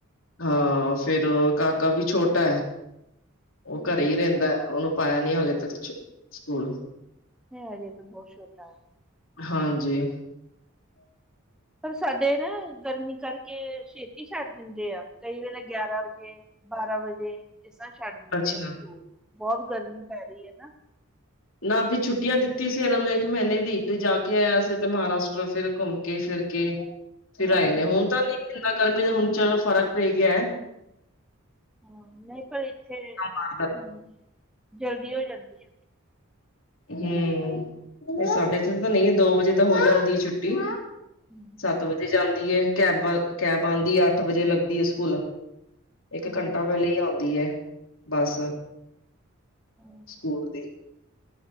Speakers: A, on the left; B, in the centre.
A: ਹਾਂ ਫੇਰ ਔਹ ਕਾਕਾ ਵੀ ਛੋਟਾ ਉਹ
B: ਹਮ,
A: ਘਰੇ ਈ ਰਹਿੰਦਾ ਉਹਨੂੰ ਪਾਯਾ ਨੀ ਹਾਲੇ ਤੱਕ <unintelligible> ਸਕੂਲ
B: ਹੈ ਹਜੇ ਤਾਂ ਬਹੁਤ ਛੋਟਾ ਵਾ।
A: ਹਾਂਜੀ-
B: ਪਰ ਸਾਡੇ ਨਾ ਗਰਮੀ ਕਰਕੇ ਛੇਤੀ ਛੱਡ ਦਿੰਦੇ ਆ ਕਈ ਵੇਲੇ ਗਿਆਰਾਂ ਵਜੇ ਬਾਰਾਂ ਵਜੇ ਇਸ ਤਰਾਂ ਛੱਡ ਦਿੰਦੇ
A: ਅੱਛਾ
B: ਆ ਸਕੂਲ ਬਹੁਤ ਗਰਮੀ ਪੈ ਰਹੀ ਏ ਨਾ।
A: ਨਾ ਵਿਚ ਛੁੱਟੀਆਂ ਦਿੱਤੀ ਸੀ ਇਹਨਾਂ ਨੂੰ ਇਕ ਮਹੀਨੇ ਦੀ ਤੇ ਜਾ ਕੇ ਆਇਆ ਸੀ ਉਤੇ ਮਹਾਰਾਸ਼ਟਰ ਫਿਰ ਘੁੰਮ ਕੇ ਫਿਰ ਕੇ ਫਿਰ
B: ਹਾਂ
A: ਆਏ ਨੇ ਹੁਣ ਤਾਂ ਨਹੀ ਇੰਨਾ ਗਰਮੀ ਦਾ ਹੁਣ ਚਲੋ ਫ਼ਰਕ ਪੈ ਗਯਾ।
B: ਹਾਂ ਨਹੀ ਪਰ ਇਥੇ
A: ਮਾਰਦਾ
B: ਹੂੰ ਜਲਦੀ ਹੋ ਜਾਂਦੀ ਛੁੱਟੀ
A: ਹੂੰ
B: ਇੱਥੇ
A: ਤੇ ਸਾਡੇ ਇਥੇ ਤਾਂ ਨਹੀ ਦੋ ਵਜੇ ਤਾਂ ਹੋ ਜਾਂਦੀ ਏ ਛੁੱਟੀ
B: ਹੂੰ
A: ਸੱਤ ਵਜੇ ਜਾਂਦੀ ਏ ਕੈਬ ਵਾਲ ਕੈਬ ਆਂਦੀ ਏ ਅੱਠ ਵਜੇ ਲੱਗਦੀ ਏ ਸਕੂਲ ਇੱਕ
B: ਹਮ।
A: ਘੰਟਾ ਲਿਆਂਦੀ ਹੈ ਬਸ
B: ਹਮ
A: ਸਕੂਲ ਦੀ।